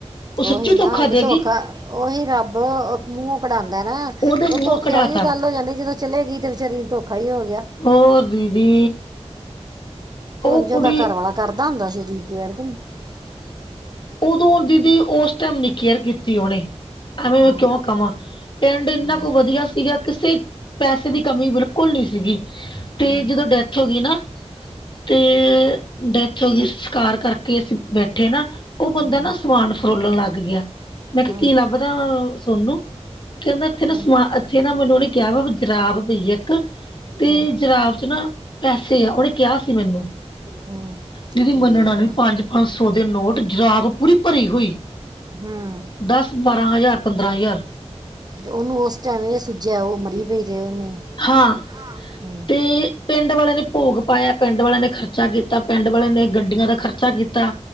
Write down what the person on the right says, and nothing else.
ਉਹੀ
ਨਾ
ਵੀ ਧੋਖਾ ਉਹੀ ਰੱਬ ਮੂੰਹ ਕਢਾਉਂਦਾ ਨਾ,
ਉਹ
ਧੋਖੇ
ਵਾਲੀ ਗੱਲ ਹੋ ਜਾਂਦੀ ਜਦੋਂ ਚਲੇ ਗਈ ਤੇ ਵਿਚਾਰੀ ਨੂੰ, ਧੋਖਾ ਹੀ ਹੋ ਗਿਆ।
ਤੇ
ਉਂਝ
ਉਦੀ ਘਰਵਾਲਾ ਕਰਦਾ ਹੁੰਦਾ ਸੀ ਉਦੀ ਕੇਅਰ, ਕਿ ਨਹੀਂ? ਹ-
ਹੂੰ
ਹੂੰ
ਹਾਂ।
ਹੂੰ
ਹੂੰ
ਹੂੰ
ਹੂੰ
ਹੂੰ
ਦੇਖ
ਲਾ
ਹੂੰ
ਉਹਨੂੰ ਉਸ ਟਾਈਮ ਇਹ ਸੁੱਜਿਆ, ਉਹ ਮਰੀ ਪਈ ਤੇ ਉਹਨੂੰ
ਹਮ।